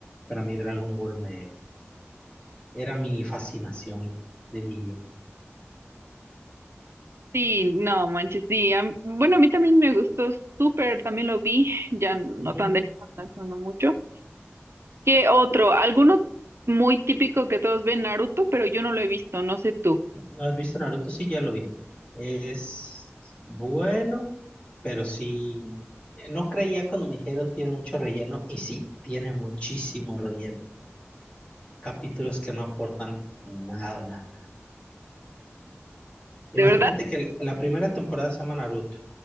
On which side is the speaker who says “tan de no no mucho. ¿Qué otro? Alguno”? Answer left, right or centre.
Right